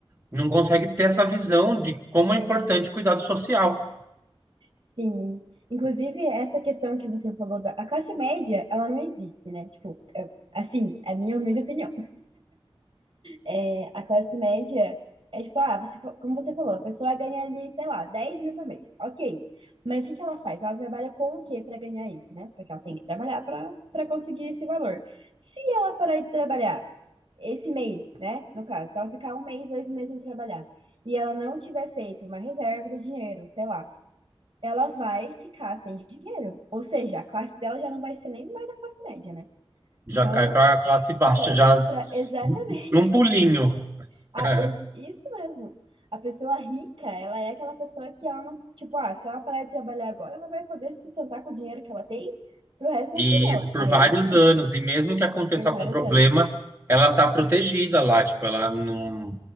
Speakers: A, on the right; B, on the right.
A: não conseguem ter essa visão de como é importante o cuidado social.
B: Sim. Inclusive, essa questão que você falou da a classe média, ela não existe, né? Tipo, é- assim, é a minha humilde opinião. É, a classe média é tipo, ah, você, fa- como você falou, a pessoa ganha ali, sei lá, 10 mil por mês. Ok. Mas o que que ela faz? Ela trabalha com o quê para ganhar isso, né? Porque ela tem que trabalhar para para conseguir esse valor. Se ela parar de trabalhar esse mês, né? No caso, se ela ficar um mês, dois meses sem trabalhar, e ela não tiver feito uma reserva do dinheiro, sei lá ela vai ficar sem dinheiro. Ou seja, a classe dela já não vai ser nem mais a classe média, né?
A: Já
B: Então,
A: cai para a classe baixa,
B: pra,
A: já
B: pra- exatamente,
A: num pulinho.
B: <laughs> a-
A: <laughs>
B: ex- isso mesmo. A pessoa rica, ela é aquela pessoa que ela não, tipo, ah, se ela parar de trabalhar agora, ela vai poder se sustentar com o dinheiro que ela tem pro resto da
A: E
B: vida dela.
A: isso por
B: Aí
A: vários
B: sim,
A: anos. E mesmo que aconteça
B: por
A: algum
B: vários
A: problema,
B: anos.
A: ela tá protegida lá. Tipo, ela não,